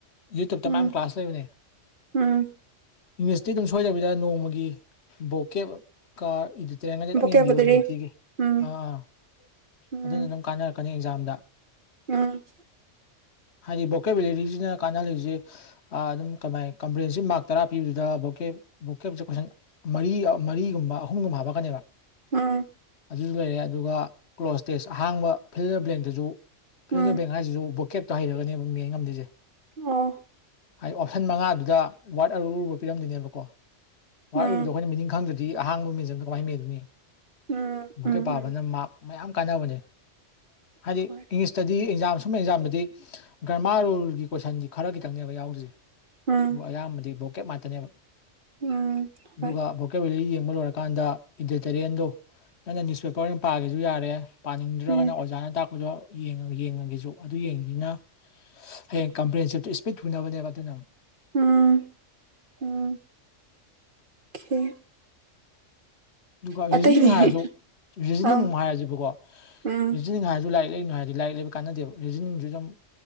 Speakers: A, on the left; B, on the right.
A: ꯌꯨꯇ꯭ꯕꯇ
B: ꯎꯝ
A: ꯃꯌꯥꯝ ꯀ꯭ꯂꯥꯁ ꯂꯩꯕꯅꯦ
B: ꯎꯝ
A: ꯏꯪꯂꯤꯁꯇꯤ ꯑꯗꯨꯝ ꯁꯣꯏꯗꯕꯤꯗ ꯅꯣꯡꯃꯒꯤ ꯕꯀꯦ ꯀꯥ ꯏ ꯇꯔꯦꯟꯉꯗꯤ ꯑꯗꯨꯝ
B: ꯕꯣꯀꯦꯕꯨꯂꯔꯤ
A: ꯌꯦꯡꯕꯤꯌꯣ ꯅꯨꯡꯇꯤꯒꯤ
B: ꯎꯝ
A: ꯑꯥ
B: ꯎꯝ
A: ꯑꯗꯨꯅ ꯅꯪ ꯀꯥꯟꯅꯔꯛꯀꯅꯤ ꯑꯦꯛꯖꯥꯝꯗꯥ
B: ꯎꯝ
A: ꯍꯥꯏꯗꯤ ꯕꯣꯀꯦꯕꯤꯂꯤꯔꯤꯁꯤꯅ ꯀꯥꯟꯅꯍꯜꯂꯤꯁꯦ ꯑꯥ ꯑꯗꯨꯝ ꯀꯃꯥꯏ ꯀꯝꯄꯍꯦꯟꯁꯤꯞ ꯃꯥ꯭ꯔꯛ ꯇꯔꯥ ꯄꯤꯕꯗꯨꯗ ꯚꯣꯀꯦ ꯚꯣꯀꯦꯕꯨꯛ ꯀꯣꯏꯁꯟ ꯃꯔꯤ ꯃꯔꯤꯒꯨꯝꯕ ꯑꯍꯨꯝꯒꯨꯝꯕ ꯍꯥꯞꯄꯛꯀꯅꯦꯕ
B: ꯎꯝ
A: ꯑꯗꯨꯁꯨ ꯂꯩꯔꯦ ꯑꯗꯨꯒ ꯀ꯭ꯂꯣꯁꯇꯦꯁ ꯑꯍꯥꯡꯕ ꯐꯤꯜꯂꯔ ꯕ꯭ꯂꯦꯛꯗꯁꯨ ꯐꯤꯜ
B: ꯎꯝ
A: ꯏꯟ ꯗ ꯕꯂꯦꯡ ꯍꯥꯏꯁꯤꯁꯨ ꯕꯣꯀꯦꯠ ꯑꯩꯔꯒꯅꯦꯕ ꯃꯦꯟ ꯉꯝꯗ꯭ꯔꯤꯁꯦ
B: ꯑꯣ
A: ꯍꯥꯏꯗꯤ ꯑꯣꯞꯁꯟ ꯃꯉꯥꯗꯨꯗ ꯋꯥꯔꯗ ꯑꯔꯨ ꯑꯔꯨꯕ ꯄꯤꯔꯝꯗꯣꯏꯅꯦꯕꯀꯣ ꯋꯥꯔꯗ
B: ꯎꯝ
A: ꯑꯔꯨꯕꯗꯣ ꯑꯩꯈꯣꯏꯅ ꯃꯤꯅꯤꯡ ꯈꯪꯗ꯭ꯔ ꯗꯨꯗꯤ ꯑꯍꯥꯡꯕ ꯃꯦꯟꯖꯟꯕ ꯀꯃꯥꯏ ꯃꯦꯜꯂꯨꯅꯤ
B: ꯎꯝ
A: ꯕꯣꯀꯦꯠ
B: ꯎꯝ
A: ꯄꯥꯕꯅ
B: ꯎꯝ
A: ꯃꯥꯛ ꯃꯌꯥꯝ ꯀꯥꯟꯅꯕꯅꯦ ꯍꯥꯏꯗꯤ
B: ꯍꯣꯏ
A: ꯏꯪꯂꯤꯁꯇꯗꯤ ꯌꯥꯝ ꯁꯨꯝꯕ ꯑꯦꯛꯖꯥꯝꯗꯗꯤ ꯒ꯭ꯔꯃꯥꯔ ꯔꯨꯜꯒꯤ ꯀꯣꯏꯁꯟꯗꯤ ꯈꯔ ꯈꯤꯇꯪꯅꯦꯕ ꯌꯥꯎꯗꯣꯏꯁꯦ
B: ꯎꯝ
A: ꯗꯨꯒ ꯑꯌꯥꯝꯕꯗꯤ ꯕꯣꯀꯦꯞ ꯉꯥꯛꯇꯅꯦꯕ
B: ꯎꯝ
A: ꯑꯗꯨꯒ
B: ꯍꯣꯏ
A: ꯕꯣꯀꯦꯕꯨꯂꯔꯤ ꯌꯦꯡ ꯈꯡꯕ ꯂꯣꯏꯔꯀꯥꯟꯗ ꯏꯟꯗꯇꯔꯦꯟꯗꯣ ꯅꯪꯅ ꯅ꯭ꯌꯨꯁꯄꯦꯄꯔ ꯑꯣꯏꯅ ꯄꯥꯒꯦꯁꯨ ꯌꯥꯔꯦ ꯄꯥꯅꯤꯡꯗ꯭ꯔꯒꯅ
B: ꯎꯝ
A: ꯑꯣꯖꯥꯅ ꯇꯥꯛꯄꯗꯣ ꯌꯦꯡꯉ ꯌꯦꯡꯉꯒꯦꯁꯨ ꯑꯗꯨ ꯌꯦꯡꯉꯤꯖꯤꯅꯥ ꯍꯌꯦꯡ ꯀꯝꯄ꯭ꯂꯦꯟꯁꯤꯞꯇꯨ ꯏꯁꯄꯤꯠ ꯊꯨꯅꯕꯅꯦꯕ ꯑꯗꯨꯅ ꯑꯃꯨꯛ
B: ꯎꯝ ꯎꯝ ꯈꯦ
A: ꯑꯗꯨꯒ
B: ꯑꯇꯩꯗꯤ
A: ꯔꯤꯖꯅꯤꯡ ꯍꯥꯏꯔꯁꯨ ꯔꯤꯖꯅꯤꯡ
B: ꯑꯥ
A: ꯑꯃꯨꯛ ꯍꯥꯏꯔꯁꯦꯕꯀꯣ
B: ꯎꯝ
A: ꯔꯤꯖꯅꯤꯡ ꯍꯥꯏꯔꯁꯨ ꯂꯥꯏ ꯂꯩꯒꯅꯣ ꯍꯥꯏꯗꯤ ꯂꯥꯏꯔꯤꯛ ꯂꯩꯕ ꯀꯥꯟꯅꯗꯦꯕ ꯔꯤꯖꯅꯤꯡꯁꯨ ꯑꯖꯨꯝ